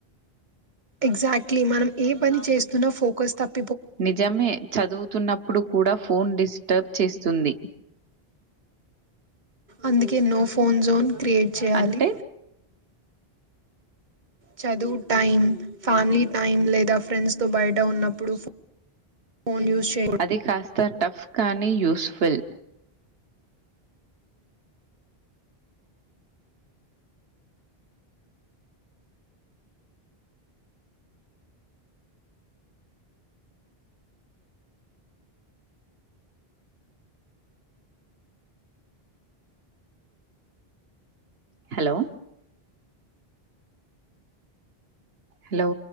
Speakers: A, on the right; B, on the right.
A: ఎగ్జాక్ట్లీ మనం ఏ పని చేస్తున్నా ఫోకస్ తప్ప
B: నిజమే చదువుతున్నప్పుడు కూడా ఫోన్ డిస్టర్బ్ చేస్ తుంది
A: అందుకే నో ఫోన్ జోన్ క్రియేట్ చేయాలి
B: అంటే
A: చదువు టైం ఫ్యామిలీ టైం లేదా ఫ్రెండ్స్ తో బయట ఉన్నప్పుడు ఫోన్ యూస్ చేయకు
B: అది కాస్త టఫ్ కానీ యూస్ఫుల్ హలో హలో